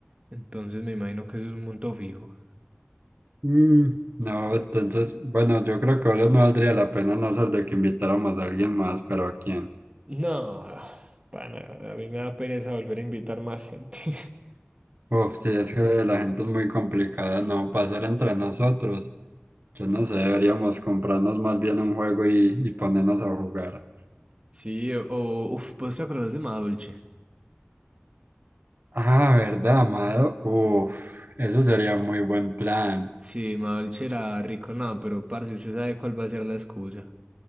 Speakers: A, on the right; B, on the right.
A: Entonces me imagino que eso es un monto fijo.
B: Mm, No, entonces, bueno, yo creo que ahora no valdría la pena a no ser de que invitáramos a alguien más, pero ¿a quién?
A: No, pana, a mí me da pereza volver a invitar más gente. <laughs>
B: Uf, sí, es que la gente es muy complicada, ¿no? Pasar entre nosotros. Yo no sé, deberíamos comprarnos más bien un juego y, y ponernos a jugar.
A: Sí, o, uff, ¿vos te acordás de Madolche?
B: Ah, ¿verdad, Amado? Uf, eso sería muy buen plan.
A: Sí, Madolche era rico, no, pero parce, usted sabe cuál va a ser la excusa.